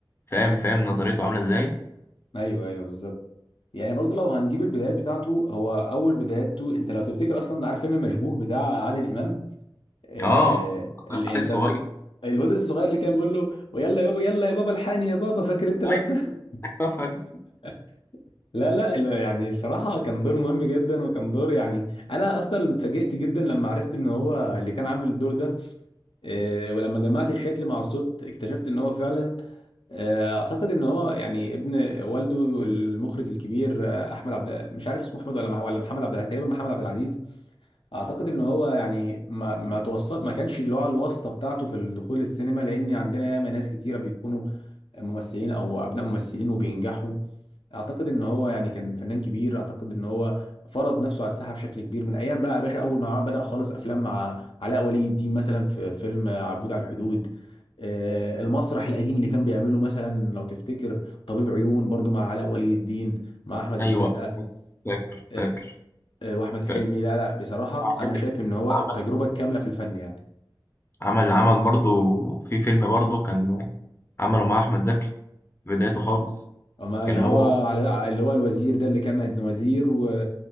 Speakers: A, on the left; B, on the left.
A: فاهم فاهم نظريته عاملة ازاي
B: ايوه ايوه بالظبط يعني برضه لو هنجيب البدايات بتاعته هو اول بداياته انت لو تفتكر اصلا عارف فيلم المشبوه بتاع عادل امام آه
A: اه
B: ال-
A: انا
B: يعني
A: الصغير
B: ده الواد الصغير اللي كان بيقول له ويلا يابا يلا يا بابا الحقني يا بابا فاكر انت الواد
A: ايوه
B: ده
A: فاكر
B: <laughs> لا لا لا، يعني بصراحة كان دور مهم جدا وكان دور يعني أنا أصلا اتفاجئت جدا لما عرفت إن هو اللي كان عامل الدور ده آه، ولما جمعت الشكل مع الصوت اكتشفت إن هو فعلا آه، أعتقد إن هو يعني ابن والده المخرج الكبير آه، أحمد عبد مش عارف اسمه أحمد ولا مح- ولا محمد عبد العزيز تقريبا محمد عبد العزيز اعتقد ان هو يعني ما ما توصل ما كانش اللي هو الواسطه بتاعته في الدخول السينما لان عندنا ياما ناس كتيره بيكونوا ممثلين او ابناء ممثلين وبينجحوا اعتقد ان هو يعني كان فنان كبير اعتقد ان هو فرض نفسه على الساحه بشكل كبير من ايام بقى يا باشا اول ما بدا خالص افلام مع علاء ولي الدين مثلا في فيلم عبود على الحدود آه، المسرح القديم اللي كان بيعمله مثلا لو تفتكر طبيب عيون برضو مع علاء ولي الدين مع احمد السقا
A: ايوه فاكر
B: آه،
A: فاكر
B: آه، واحمد حلمي
A: فاكر
B: لا لا بصراحه
A: على فكرة
B: انا شايف ان هو
A: عمل
B: التجربه الكامله في الفن يعني
A: عمل عمل برضه في فيلم برضه كان عمله مع احمد زكي في بدايته خالص
B: اما اللي
A: كان
B: هو
A: هو
B: على اللي هو الوزير ده اللي كان ابن وزير و...